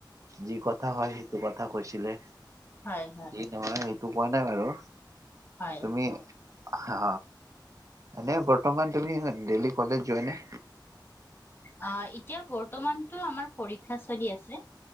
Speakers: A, on the right (about 40°); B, on the left (about 30°).
A: যি কথা হয় সেইটো কথা কথা কৈছিলে।
B: হয় হয়
A: দ নহয় টো পোৱা নাই বাৰু
B: হয়
A: তুমি? অ এনে বৰ্তমান তুমি ডেইলি কলেজ যোৱা নে?
B: অ এতিয়া বৰ্তমানতটো আমাৰ পৰীক্ষা চলি আছে।